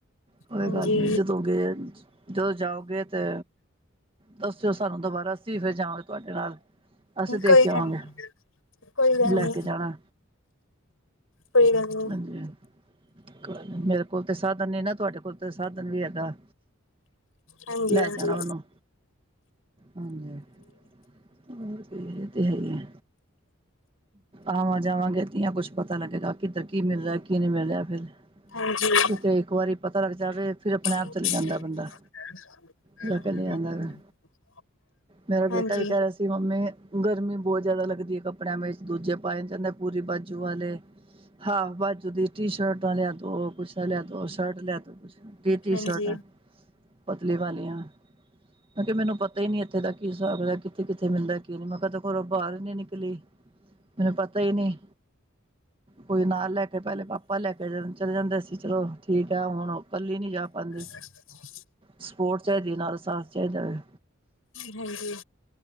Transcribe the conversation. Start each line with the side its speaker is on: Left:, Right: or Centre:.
Right: ਕੋਈ
Left: ਹਾਂਜੀ
Right: ਗੱਲ ਨੀ ਜਦੋਂ ਗਏ ਜਦੋਂ ਜਾਓਗੇ ਤੇ ਦੱਸਿਓ ਸਾਨੂੰ ਦੁਬਾਰਾ, ਅਸੀਂ ਫਿਰ ਜਾਗੇ ਤੁਹਾਡੇ ਨਾਲ, ਅਸੀਂ
Left: ਕੋਈ
Right: ਦੇਖ ਕੇ ਆਵਾਂਗੇ।
Left: ਗੱਲ ਕੋਈ ਗੱਲ
Right: ਲੈ
Left: ਨੀ।
Right: ਕੇ ਜਾਣਾ
Left: ਕੋਈ ਗੱਲ ਨੀ।
Right: ਮੇਰੇ ਕੋਲ ਤੇ ਸਾਧਨ ਨੀ ਨਾ, ‌ ਤੁਹਾਡੇ ਕੋਲ ਤੇ ਸਾਧਨ ਵੀ ਹੈਗਾ‌।
Left: ਹਾਂਜੀ
Right: ਲੈ
Left: ਹਾਂਜੀ
Right: ਜਾਣਾ ਮੈਨੂੰ, ਹਾਂਜੀ। ਹਾਂਜੀ ਇਹ ਤੇ ਹੈ ਹੀ ਐ, ਆਵਾਂ ਜਾਵਾਂਗੇ ਕੁੱਛ ਪਤਾ ਲੱਗੇਗਾ, ਕਿੱਧਰ ਕੀ ਮਿਲ ਰਿਹਾ, ਕੀ ਨਹੀਂ ਮਿਲ ਰਿਹਾ ਫਿਰ,
Left: ਹਾਂਜੀ
Right: ਕਿਤੇ ਇੱਕ ਵਾਰੀ ਪਤਾ ਲੱਗ ਜਾਵੇ ਫਿਰ ਆਪਣੇ
Left: <inaudible>
Right: ਆਪ ਚਲੇ ਜਾਂਦਾ ਬੰਦਾ ਜਾ ਕੇ ਲੈ ਆਂਦਾ ਵਾ ਮੇਰਾ ਬੇਟਾ
Left: ਹਾਂਜੀ
Right: ਵੀ ਕਹਿ ਰਿਹਾ ਸੀ, ਮੰਮੀ ਗਰਮੀ ਬਹੁਤ ਜ਼ਿਆਦਾ ਲੱਗਦੀ ਐ ਕੱਪੜਿਆਂ ਵਿਚ, ਦੂਜੇ ਪਾਏ ਜਾਂਦੇ ਪੂਰੀ ਬਾਜੂ ਵਾਲੇ। ਹਾਫ ਬਾਜੂ ਦੀ ਟੀ ਸ਼ਰਟਾਂ ਆ ਲਿਆ ਦੋ, ਬੂਸ਼ਟਾ ਲਿਆ ਦੋ, ਸ਼ਰਟ ਲਿਆ ਦੋ ਕੁਛ ਤੀ ਤੀ
Left: ਹਾਂਜੀ
Right: ਸ਼ਰਟਾਂ ਪਤਲੀ ਵਾਲੀਆਂ ਮੈਂ ਕਿਹਾ ਮੈਨੂੰ ਪਤਾ ਹੀ ਨੀ ਇੱਥੇ ਦਾ ਕੀ ਹਿਸਾਬ ਐ ਕਿੱਥੇ-ਕਿੱਥੇ ਮਿਲਦਾ ਕੀ ਨੀ, ਮੈਂ ਕਦੇੋਂ ਬਾਹਰ ਨੀ ਨਿਕਲੀ। ਮੈਨੂੰ ਪਤਾ ਹੀ ਨੀ। ਕੋਈ ਨਾਲ ਲੈ ਕੇ, ਪਹਿਲੇ ਪਾਪਾ ਲੈ ਕੇ ਚਲੇ ਜਾਂਦੇ ਸੀ। ਚਲੋ ਠੀਕ ਆ ਹੁਣ ਇਕੱਲੀ ਨੀ ਜਾ ਪਾਂਦੀ।
Left: <inaudible>
Right: ਸਪੋਰਟ ਚਾਹੀਦੀ ਹੈ। ਨਾਲ ਸਾਥ ਚਾਹੀਦਾ ਵੇ।
Left: ਹਾਂਜੀ